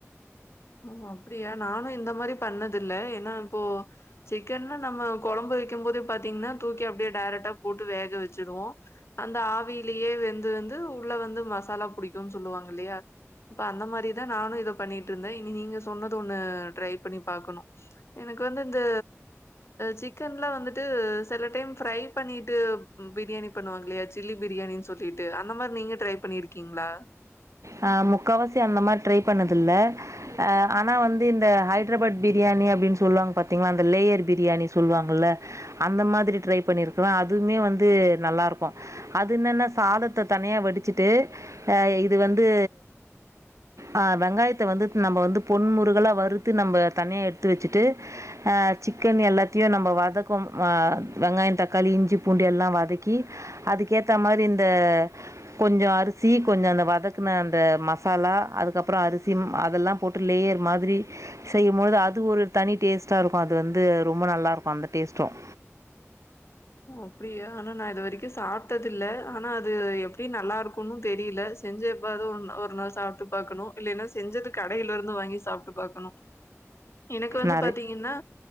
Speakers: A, on the left (about 55°); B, on the right (about 75°).
A: ஓ அப்டியா நானும் இந்த மாரி பண்ணதில்ல ஏன்னா இப்போ சிக்கன்னா நம்ம கொழம்பு வைக்கும் போதே பாத்தீங்கன்னா தூக்கி அப்டியே டேரக்ட்டா போட்டு வேக வச்சிருவோம் அந்த ஆவியிலேயே வெந்து வெந்து உள்ள வந்து மசாலா புடிக்கும்னு சொல்லுவாங்கல்லையா இப்ப அந்த மாரிதான் நானும் இத பண்ணிட்ருந்தே இனி நீங்க சொன்னது ஒண்ணு ட்ரை பண்ணி பாக்கணோ எனக்கு வந்து இந்த சிக்கன்லாம் வந்துட்டு சில டைம் ஃப்ரை பண்ணிட்டு பிரியாணி பண்ணுவாங்கல்லையா சில்லி பிரியாணின்னு சொல்லிட்டு அந்த மாரி நீங்க ட்ரை பண்ணிருக்கீங்களா
B: ஹ முக்காவாசி அந்த மாதிரி ட்ரை பண்ணது இல்ல அ ஆனா வந்து இந்த ஹைதராபாத் பிரியாணி அப்படின்னு சொல்லுவாங்க பாத்தீங்களா அந்த லேயர் பிரியாணி சொல்லுவாங்கல்ல அந்த மாதிரி ட்ரை பண்ணிருக்கிற அதுமே வந்து நல்லா இருக்கும் அது என்னன்ன சாதத்தை தனியா வடிச்சுட்டு அ அது வந்து அ வெங்காயத்த வந்து நம்ம வந்து பொன்முருகலா வறுத்து நம்ம தனியாக எடுத்து வெச்சுட்டு அ சிக்கன் எல்லாத்தையும் நம்ம வதக்கும் அ வெங்காயம் தக்காளி இஞ்சி பூண்டு எல்லாம் வதக்கி அதுக்க ஏத்தா மாரி இந்த கொஞ்சோ அரிசி கொஞ்சோ அந்த வ தக்குன அந்த மசாலா அதுக்கப்புறோ அரிசி ம் அதெல்லாம் போட்டு லேயர் மாதிரி செய்யும்பொழுது அது ஒரு தனி டேஸ்ட்டாருக்கோ அது வந்து ரொம்ப நல்லாருக்கோ அந்த டேஸ்ட்டும்
A: ஓ அப்டியா ஆனா நான் இது வெரிக் கோ சாப்ட்டது இல்ல ஆனா அது எப்டி நல்லா இருக் ன்னோ தெரியுல செஞ்செப்பாவது ஒருநா ஒரு நாள் சாப்ட்டு பாக்கணோ இல்லன்னா செஞ்சது கடையில இருந்து வாங்கி சாப்பிட்டு பாக்கணோ எனக்கு வந்து
B: நிறை
A: பாத்தீங்கன்னா